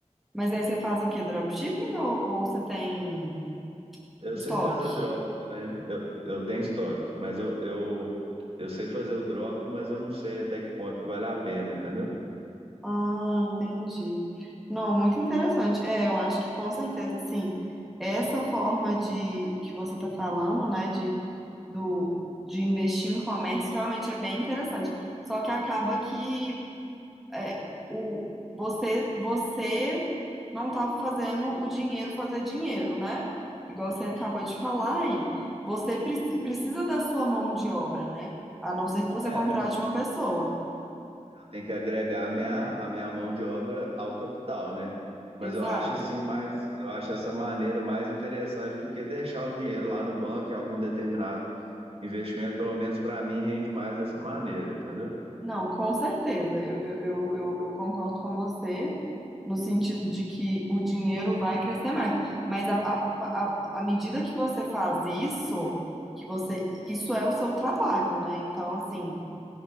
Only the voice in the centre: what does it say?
Mas aí você faz o quê? Dropshipping ou, ou você tem
Estoque.
Ah, entendi. Não, muito interessante. É, eu acho que com certeza, assim, essa forma de que você está falando, né, de, do, de investir em comércio realmente é bem interessante. Só que acaba que é, o, você, você não está fazendo o dinheiro fazer dinheiro, né? Igual você acabou de falar aí. Você preci- precisa da sua mão de obra, né? A não ser que você
contrate
uma pessoa.
Exato.
Não, com certeza. Eu, eu, eu, eu eu concordo com você no sentido de que o dinheiro vai crescer mais. Mas a, a, a, à medida que você faz isso, que você, isso é o seu trabalho, né? Então, assim,